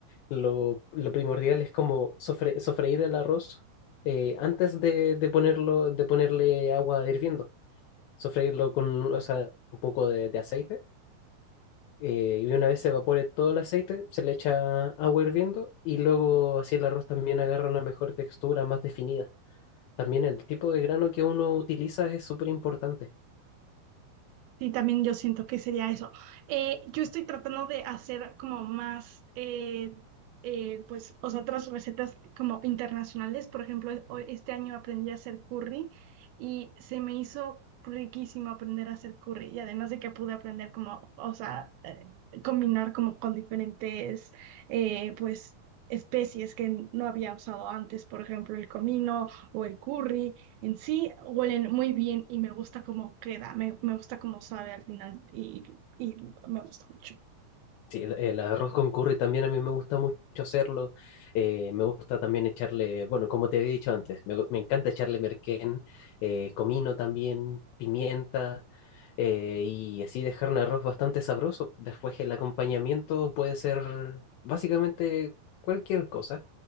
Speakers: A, on the left (about 80°); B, on the right (about 80°).
A: Lo, lo primordial es como sofre- sofreír el arroz eh, antes de, de ponerlo, de ponerle agua hirviendo. Sofreírlo con, o sea, un poco de, de aceite. eh, y una vez se evapore todo el aceite, se le echa agua hirviendo y luego así el arroz también agarra una mejor textura, más definida. También el tipo de grano que uno utiliza es súper importante.
B: Sí, también yo siento que sería eso. Eh, yo estoy tratando de hacer como más, eh, eh, pues, o sea, otras recetas como internacionales. Por ejemplo, e- hoy- este año aprendí a hacer curry y se me hizo riquísimo aprender a hacer curry. Y además de que pude aprender como, o sea, eh, combinar como con diferentes, eh, pues, especies que no había usado antes. Por ejemplo, el comino o el curry en sí huelen muy bien y me gusta cómo queda, me, me gusta cómo sabe al final y, y me gusta mucho.
A: Sí, el, el arroz con curry también a mí me gusta mucho hacerlo. Eh, me gusta también echarle, bueno, como te había dicho antes, me, gu- me encanta echarle merquén, eh, comino también, pimienta, eh, y así dejar un arroz bastante sabroso. Después el acompañamiento puede ser básicamente cualquier cosa.